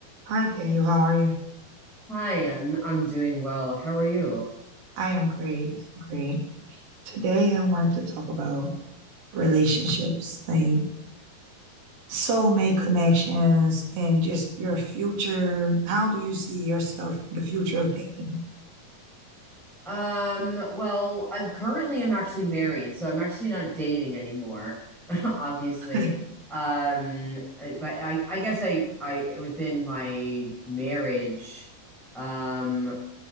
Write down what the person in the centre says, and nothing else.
Hi, I'm I'm doing well. How are you?
Um, well, I'm currently I'm actually married, so I'm actually not dating anymore, <laughs> obviously.
Um, I- but I I guess I I within my marriage, um,